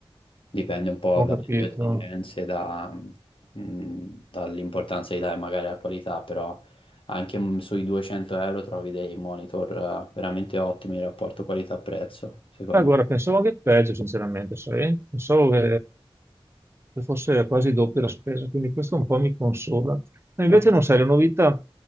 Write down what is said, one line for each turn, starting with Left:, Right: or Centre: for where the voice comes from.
Left: Dipende un po
Right: ho
Left: dalle
Right: capito.
Left: tue esigenze, da- mh, dall'importanza di dare magari alla qualità, però anche mh, sui 200 euro trovi dei monitor eh, veramente ottimi in rapporto qualità-prezzo, secondo
Right: Beh, guarda,
Left: me.
Right: pensavo che peggio, sinceramente, sai? Pensavo che, che fosse quasi doppia la spesa, quindi questo un po' mi consola. Ma invece
Left: Oh,
Right: non sai, la novità,